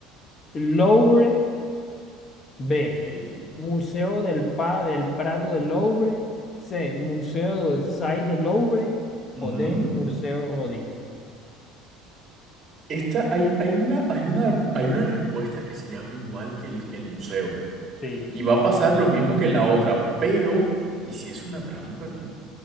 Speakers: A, on the left (about 30°); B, on the right (about 30°).
A: Louvre. B.
B: Ok.
A: Museo del, Pa- del Prado del Louvre. C. Museo d'Orsay del Louvre.
B: ujú.
A: O D. Museo Rodin.
B: Esta, hay, hay una, hay una, hay una respuesta que se llama igual que el, que el museo.
A: Sí,
B: Y va a pasar lo mismo que en la otra, pero... ¿Y si es una trampa, tío?